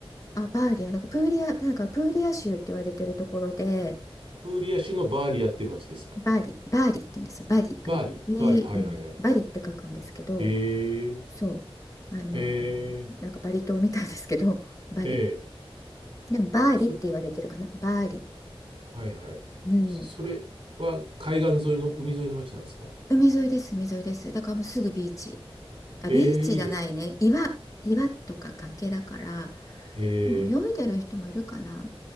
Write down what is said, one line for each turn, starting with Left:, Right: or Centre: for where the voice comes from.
Left: あ、バーリア、なんかプーリア、なんかプーリア州って言われてるところで、
Right: プーリア州のバーリアって町ですか
Left: バーリ、バーリって言うんですよ。バリ、あの、
Right: バーリ、
Left: B、
Right: バーリ、はいはいはい。
Left: うん、バリって書くんですけど、
Right: ええ、
Left: そう、あの、
Right: ええ、
Left: なんかバリ島みたいですけど、バリ。
Right: ええ、
Left: でも、バーリって言われてるかな、
Right: それ、
Left: バーリ。
Right: はいはい。
Left: うん。
Right: それは海岸沿いの、海沿いの町なんですか
Left: 海沿いです、海沿いです。だからもうすぐビーチ。あ、
Right: ええ、
Left: ビーチじゃないね。
Right: いいですね。
Left: 岩、岩とか崖だから、
Right: ええ、
Left: でも泳いでる人もいるかな。